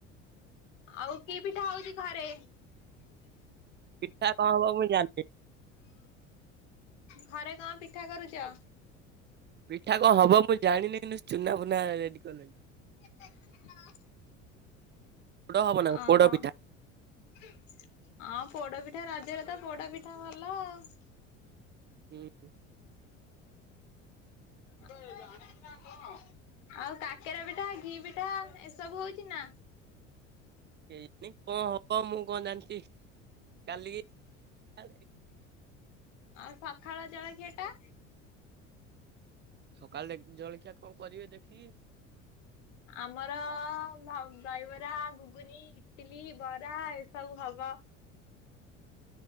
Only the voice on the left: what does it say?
ଆଉ କି ପିଠା ହଉଛି ଘରେ?
ଘରେ କଣ ପିଠା କରୁଚ?
ହଁ <inaudible>
ଓହୋ
ହଁ ପୋଡପିଠା ରଜରେ ତ ପୋଡପିଠା ଭଲ ଆଉ।
ବ <inaudible> ଆଉ କାକେରା ପିଠା ଘି ପିଠା ଏସବୁ ହଉଛି ନା?
ଆଉ ସକାଳ ଜଳଖିଆଟା।
ଆମର ଅ ଦହିବରା ଘୁଗୁନି ଇଟିଲି ବରା ଏସବୁ ହଉ ଵ ଅ